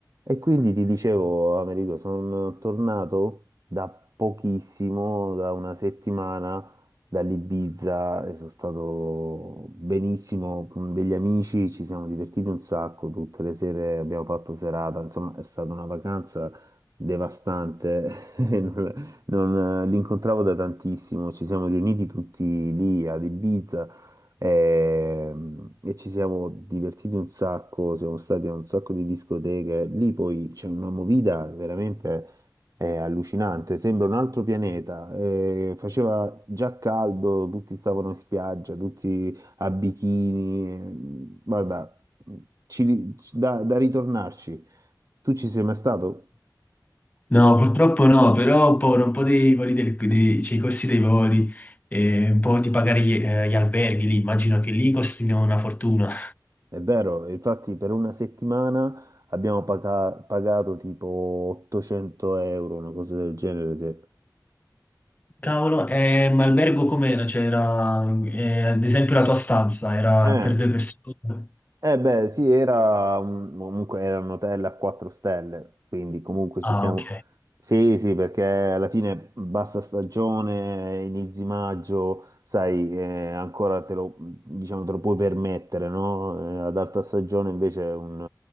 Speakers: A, on the right; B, on the left.
A: E quindi ti dicevo, Americo, sono tornato da pochissimo, da una settimana, dall'Ibiza e sono stato benissimo con degli amici, ci siamo divertiti un sacco, tutte le sere abbiamo fatto serata, insomma è stata una vacanza devastante, <laughs> e non, non- eh, l'incontravo da tantissimo, ci siamo riuniti tutti lì ad Ibiza. E, e ci siamo divertiti un sacco, siamo stati a un sacco di discoteche. Lì poi c'è una movida veramente eh, allucinante, sembra un altro pianeta. Eh, faceva già caldo, tutti stavano in spiaggia, tutti a bikini. eh, Guarda, ci ri- ci- da, da ritornarci. Tu ci sei mai stato?
B: No, purtroppo no, però ho paura un po' dei voli del, dei, cioè, i costi dei voli e un po' di pagare gli, eh, gli alberghi lì, immagino che lì costino una fortuna.
A: È vero, infatti per una settimana abbiamo paga- pagato tipo 800 euro, una cosa del genere. se-
B: Cavolo, eh, ma albergo com'era? C'era, eh, ad esempio, la tua stanza era
A: Eh,
B: per due persone?
A: eh beh, sì, era un- comunque era un hotel a 4 stelle, quindi comunque ci
B: Ah,
A: siamo.
B: ok.
A: Sì, sì, perché alla fine basta stagione, inizi maggio, sai, eh, ancora te lo, diciamo, te lo puoi permettere, no? Eh, ad alta stagione invece un,